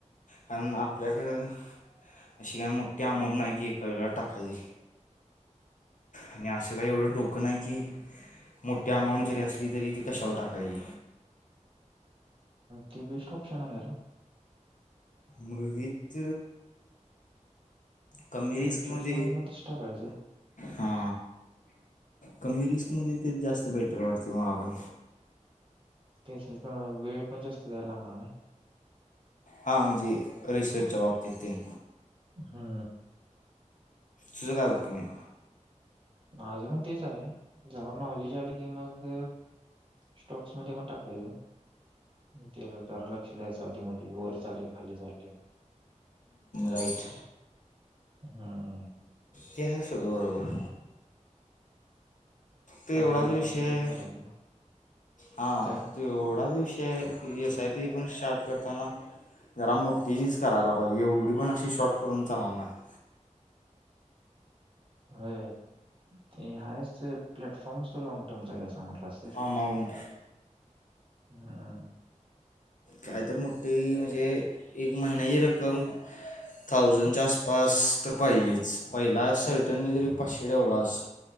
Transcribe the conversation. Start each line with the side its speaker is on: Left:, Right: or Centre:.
Left: कारण आपल्याकडं अशी काही मोठी आमाऊंट नाही की एका वेळेला टाकायची आणि असं काही एवढं डोकं नाही की मोठ्या अमाऊंट जरी असली तरी ती कशावर टाकायची.
Right: ते बेस्ट ऑप्शन आहे. खर
Left: मृगीच कमी रिस्कमध्ये
Right: म्युच्युअल फंड मध्येच टाकायचं
Left: हा कमीरिस्कमध्ये तेच जास्त बेटर वाटते. मला पण
Right: त्या वेळ पण जा असतो. त्याला लागणार नाही.
Left: हां म्हणजे रिसर्चच्या बाबतीत त
Right: हा
Left: सुजगा उगप नाही
Right: अजून तेच आहे जऊ नॉलेज. आली की मग स्टॉक्स मध्ये पण टाकायचं त्याला दारा लक्ष द्यायच्या. आधीमध्ये वर चाले खाली चालले.
Left: राईट
Right: हम्
Left: ते आहे सोड बरोबर. तर
Right: खाली
Left: एवढाच
Right: पडत
Left: विषय,
Right: असलं तर
Left: आहे
Right: काढायचं
Left: हां
Right: काय
Left: देवढा विषय, एस आय पी पण स्टार्ट करताना. जरा मोठीच करायला पाहिजे एवढी पण अशी शॉर्ट करून चालवणार नाही.
Right: होय हायच प्लॅटफॉर्म तो लाँंग टर्मचा अस म्हटला अस
Left: अमाऊंट
Right: हम्म
Left: कायत मोठी म्हणजे एक महिन्याची रक्कम थाऊजंडच्या आसपास तर पाहिजेच पहिला सर्टनली तरी पाचशे ठडेवलास